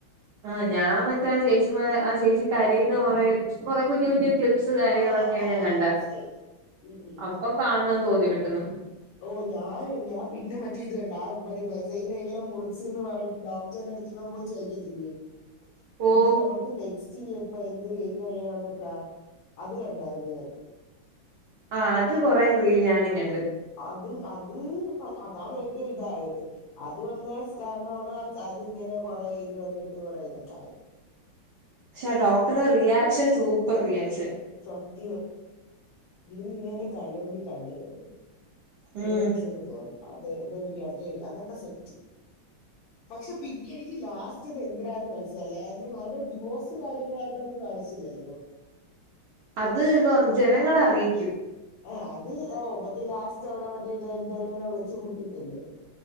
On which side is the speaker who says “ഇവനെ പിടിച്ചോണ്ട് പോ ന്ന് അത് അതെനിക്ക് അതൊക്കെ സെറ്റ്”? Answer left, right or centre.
Left